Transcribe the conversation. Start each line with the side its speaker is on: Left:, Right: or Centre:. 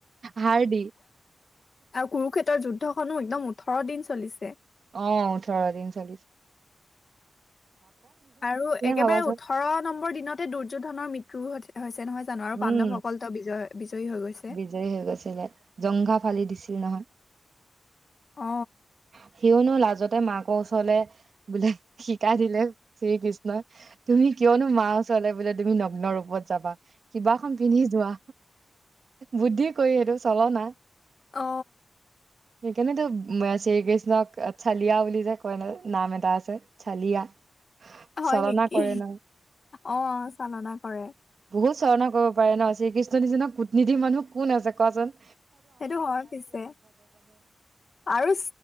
Right: হাড় দি
Left: আৰু কুৰুক্ষেত্ৰৰ যুদ্ধখনো একদম ওঠৰ দিন চলিছে
Right: অ ওঠৰদি চলিছে
Left: আৰু একেবাৰে
Right: ভাবাচোন
Left: ওঠৰ নম্বৰ দিনতে দুৰ্যোধনৰ মৃত্যুও ঘটিল আছে নহয় জানো আৰু
Right: উম
Left: পাণ্ডৱসকলতো বিজয় বিজয়ী হৈ গৈছে
Right: বিজয়ী হৈ গৈছিলে জংঘা ফালি দিছিল নহয়
Left: অ
Right: <inaudible> কিয়নো লাজতে মাকৰ ওচৰলে বোলে শিকাই দিলে শ্ৰীকৃষ্ণই তুমি কিয়নো মাৰ ওচৰলে বোলে তুমি নগ্ন ৰূপত যাবা কিবাখন পিন্ধি যোৱা বুদ্ধি কৰি সেইটো চল না
Left: অ
Right: সেইকাৰণেতো শ্ৰীকৃষ্ণক চালিয়া বুলি যে কয় ন নাম এটা আছে চালিয়া
Left: হয়
Right: চলনা
Left: নেকি
Right: কৰে ন
Left: অ চালনা কৰে
Right: বহুত চালনা কৰিব পাৰে ন শ্ৰীকৃষ্ণ নিচনা কুটনীতি মানুহ কোন আছে কোৱা চোন
Left: সেইটো হয় পিছে আৰু